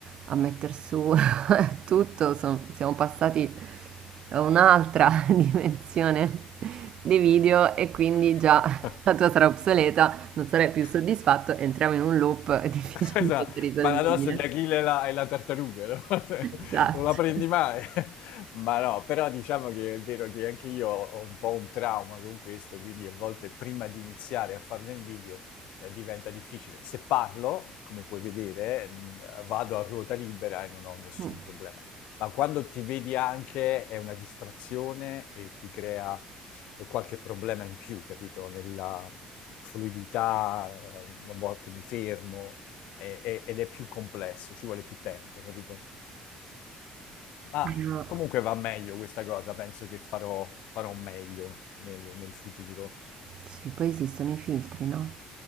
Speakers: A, on the right (about 45°); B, on the left (about 70°).
A: a metter su <laughs> tutto, son- siamo passati a un'altra <laughs> dimensione dei video e quindi
B: <laughs>
A: già la tua sarà obsoleta, non sarai più soddisfatto, entriamo in un loop <laughs> difficilmente
B: Esatto,
A: risolvibile.
B: il paradosso di Achille e la, e la tartaruga, no? <laughs>
A: Esatto.
B: Non la prendi mai. <laughs> Ma no, però diciamo che è vero che anche io ho un po' un trauma con questo, quindi a volte prima di iniziare a farlo in video eh, diventa difficile. Se parlo, come puoi vedere, mh, vado a ruota libera e non ho nessun
A: Mm,
B: problema. Ma quando ti vedi anche è una distrazione e ti crea qualche problema in più, capito? Nella fluidità, eh, a volte mi fermo e- e- ed è più complesso, ci vuole più tempo, capito? Ma
A: no.
B: comunque va meglio questa cosa, penso che farò, farò meglio nel, nel futuro.
A: Sì, poi esistono i filtri, no?